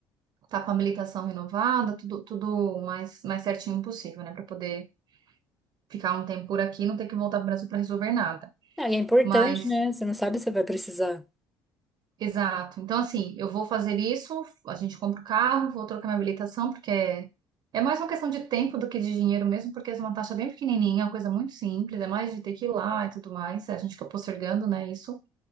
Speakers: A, on the right (about 55°); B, in the centre.
A: estar com a habilitação renovada, tudo, tudo mais, mais certinho possível, né? Pra poder ficar um tempo por aqui e não ter que voltar para o Brasil para resolver nada.
B: Ah, e é importante,
A: Mas
B: né? Você não sabe se vai precisar.
A: Exato. Então, assim, eu vou fazer isso, a gente compra o carro, vou trocar minha habilitação, porque é, é mais uma questão de tempo do que de dinheiro mesmo, porque é uma taxa bem pequenininha, é uma coisa muito simples, é mais de ter que ir lá e tudo mais, a gente fica postergando, né, isso.